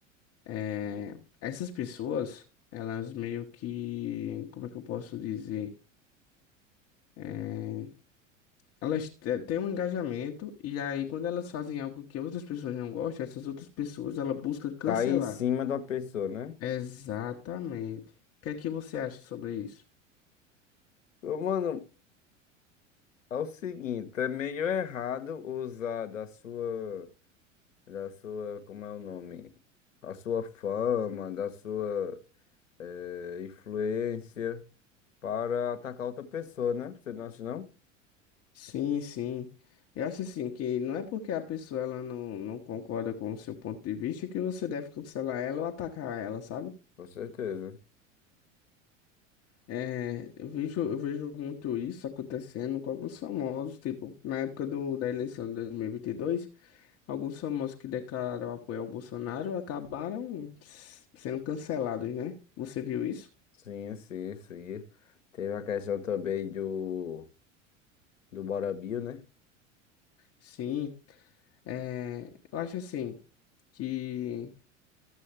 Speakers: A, on the left (about 40°); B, on the left (about 75°).
A: é, essas pessoas elas meio que como é que eu posso dizer? É, elas te- têm um engajamento e aí quando elas fazem algo que outras pessoas não gostam, essas outras pessoas ela busca cancelar.
B: Cair em cima da pessoa, né?
A: Exatamente. O que é que você acha sobre isso?
B: Ô, mano, é o seguinte, é meio errado usar da sua, da sua, como é o nome? a sua fama, da sua, eh, influência. para atacar outra pessoa, né? Você não acha, não?
A: Sim, sim. Eu acho assim que não é porque a pessoa ela não, não concorda com o seu ponto de vista que você deve cancelar ela ou atacar ela, sabe?
B: Com certeza.
A: É, eu vejo, eu vejo muito isso acontecendo com alguns famosos, tipo, na época do, da eleição de 2022, alguns famosos que declararam apoio ao Bolsonaro acabaram s- sendo cancelados, né? Você viu isso?
B: Sim, sim, sim. Teve a questão também do, do Bora Bill, né?
A: Sim. É, eu acho assim que